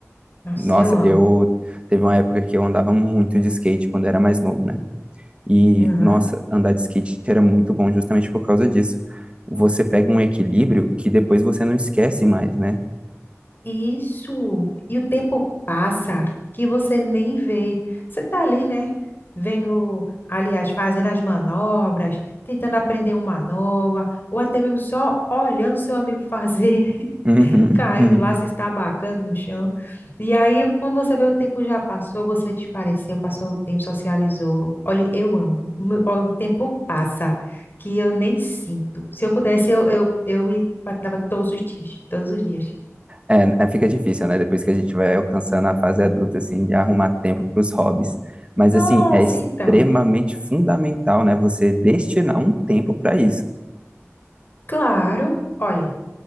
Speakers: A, on the left (about 45°); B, on the right (about 25°).
A: Nossa,
B: Nossa,
A: eu
B: eu teve uma época que eu andava muito de skate quando era mais novo, né? E,
A: amo.
B: nossa, andar de skate era muito bom justamente por causa disso. Você pega um equilíbrio que depois você não esquece mais, né?
A: Isso. E o tempo passa que você nem vê. Você tá ali, né? Vendo, aliás, fazendo as manobras, tentando aprender uma nova, ou até mesmo só olhando seu amigo fazer, <laughs>
B: Uhum.
A: caindo
B: <laughs>
A: lá, se estabacando no chão. E aí, quando você vê o tempo já passou, você desapareceu, passou o tempo, socializou. Olha, eu amo. Mu- ó, O tempo passa que eu nem sinto. Se eu pudesse, eu, eu, eu i- patinava todos os dias, todos os dias.
B: É, é, fica difícil, né? Depois que a gente vai alcançando a fase adulta, assim, de arrumar tempo para os hobbies. Mas,
A: Nossa,
B: assim, é extremamente
A: então,
B: fundamental, né? Você destinar um tempo para isso.
A: claro, olha,